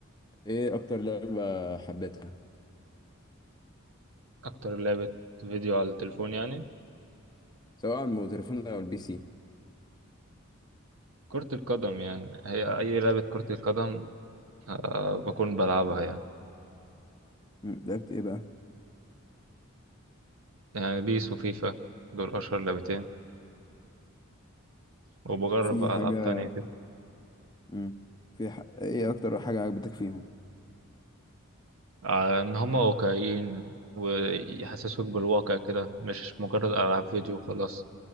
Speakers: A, on the left; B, on the right.
A: ايه اكتر لعبة حبيتها
B: أكتر لعبة فيديو على التليفون يعني
A: سواء على التليفون او البي سي
B: كرة القدم يعني هي أي لعبة كرة القدم آه، بكون بلعبها يعني
A: امم لعبت ايه بقى
B: يعني بيس وفيفا دول أشهر لعبتين وبجرب
A: في
B: بقى
A: حاجة
B: ألعاب تانية كده
A: امم في ح... ايه اكتر حاجة عجبتك فيهم
B: آه، إن هما واقعيين ويحسسوك بالواقع كده مش مجرد ألعاب فيديو وخلاص